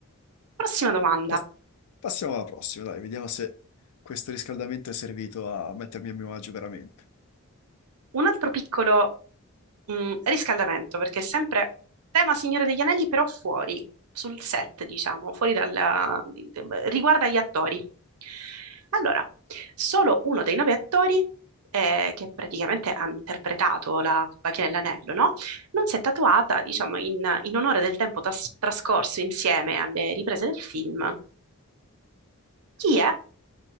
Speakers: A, on the right; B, on the left.
A: prossima domanda.
B: Pas- passiamo alla prossima, dai, vediamo se questo riscaldamento è servito a mettermi a mio agio veramente.
A: Un altro piccolo mh, riscaldamento, perché è sempre tema Signore degli Anelli, però fuori, sul set, diciamo, fuori dalla, di- di- riguarda gli attori. Allora, solo uno dei nove attori, eh, che praticamente hanno interpretato la compagnia dell'anello, no? Non si è tatuata, diciamo, in, in onore del tempo tas- trascorso insieme alle riprese del film. Chi è?